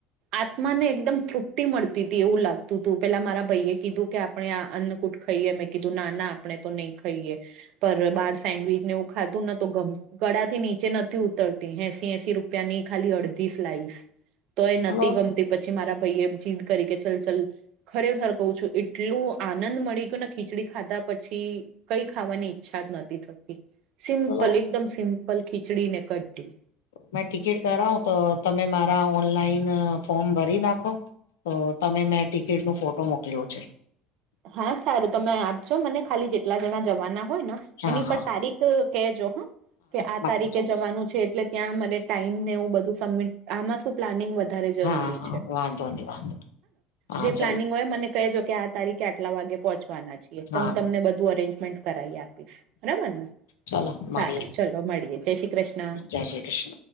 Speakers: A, on the right; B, on the left.
A: આત્માને એકદમ તૃપ્તિ મળતી હતી એવું લાગતું હતું પેલા મારા ભાઈએ કીધું કે આપણે અન્ન કુટ ખાઈએ મેં કીધું ના ના આપણે તો નહી ખાઈએ પર બહાર સેન્ડવીચને એવું ખાધું નતો ગળા નીચે નથી ઉતરતી હેસી હસી રૂ રૂિયાની ખાલી અડધી સ્લાઇસ તો એ નથી
B: હલો
A: ગમતી. તે પછી મારા ભાઈ એ જીદ કરી કે ચલ ચલ ખરેખર કહઉ છું એટલું આનંદ મળી ગયો ને ખીચડી ખાધા પછી. કઈ ખાવાની ઈચ્છા જ નથી થતી. સિમ્પલ
B: ચલો
A: એકદમ સિમ્પલ ખીચડી ને કઢી.
B: મેં ટિકિટ કરાવું તો તમે મારા ઓનલાઈન ફોર્મ ભરી નાખો? તો તમે મેં ટિકિટ ન ફોટો મોકલ્યો છે.
A: હા સારું તમે આપજો મને ખાલી જેટલા જણા જવાના હોય ને
B: હા
A: એની
B: હા
A: પર તારીખ કહેજો હા કે આ
B: પાક્કું
A: તારીખે
B: ચોક્કસ
A: જવાનું છે? એટલે ત્યાં મરે ટાઈમનેવું બધું સબમિટ આમાં શું પ્લાનિંગ બ જરૂરી
B: હા હા
A: છે
B: વાંધો નહી વાંધો હા
A: જે
B: ચલો
A: પ્લાનિંગ હોય મને કહેજો કે આ તારીખે આટલા વાગે પહોંચવાના છીએ,
B: હા
A: તો હું તમને બધું અરેન્જમેન્ટ કરાવી આપ પીસ બરાબર ને,
B: ચાલો મળીએ
A: સારું ચલો મળીએ જય શ્રી કૃષ્ણ.
B: જય શ્રી કૃષ્ણ